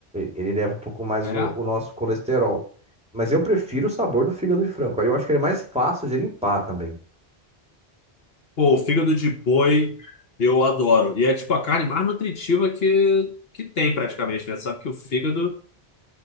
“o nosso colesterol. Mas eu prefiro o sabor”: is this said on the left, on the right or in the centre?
Centre